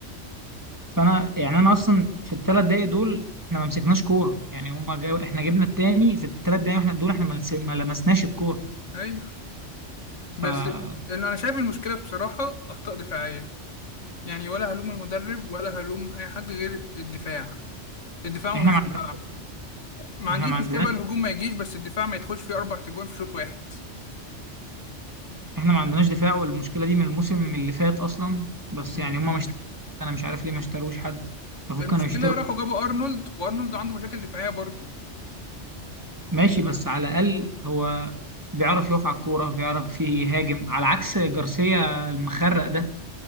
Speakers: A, on the right; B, on the left.
A: فانا يعني انا اصلا في الثلاث دقايق دول احنا ما مسكناش كوره يعني هما جاب... احنا جبنا التاني في الثلاث دقايق احنا دول احنا ما لس- ما لمسناش الكوره
B: ايوه
A: فاحنا
B: بس اللي انا شايف المشكله بصراحه اخطاء دفاعيه يعني ولا هلوم المدرب ولا هلوم اي حد غير الدفاع الدفاع ونص
A: ما عندناش
B: الملعب ما
A: احنا
B: عنديش
A: ما
B: مشكله
A: عندناش
B: بقى الهجوم ما يجيش بس الدفاع ما يدخلش فيه اربع تجوان في شوط واحد
A: احنا ما عندناش دفاع والمشكله دي من الموسم اللي فات اصلا بس
B: امم
A: يعني هما مش انا مش عارف ليه ما اشتروش حد المفروض
B: المشكله
A: كانوا يشتروا
B: راحوا جابوا ارنولد وارنولد عنده مشاكل دفاعيه برضه
A: ماشي بس على الاقل هو بيعرف يقف على الكوره بيعرف يهاجم على عكس جارسيا المخرق ده